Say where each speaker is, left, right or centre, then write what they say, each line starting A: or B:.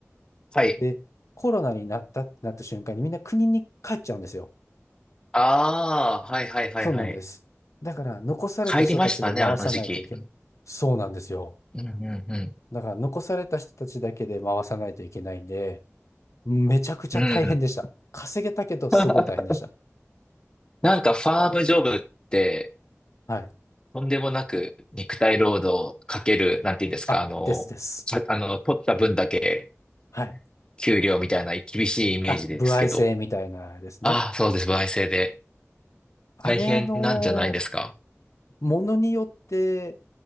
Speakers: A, on the left; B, on the left.
A: はい。
B: で、コロナになったってなった瞬間にみんな国に帰っちゃうんですよ。
A: ああ、はいはいはいはい。
B: そうなんです。だから残された人たちで回さないといけない。
A: 帰りましたね、あの時期。
B: そうなんですよ。
A: うん、うん、うんうん。
B: だから残された人たちだけで回さないといけないんで、めちゃくちゃ大変でした。
A: うんうん
B: 稼げたけどすごい大変でした。
A: <laughs> なんかファームジョブって、
B: はい。
A: とんでもなく肉体労働かける、なんて言うんですか、
B: あ、
A: あの、
B: ですです。
A: さあの、取った分だけ
B: はい。
A: 給料みたいな厳しいイメージですけど。
B: あ、歩合制みたいなですね。
A: ああ、そうです。歩合制で。
B: あれ、
A: 大変なんじゃないですか。
B: あのものによって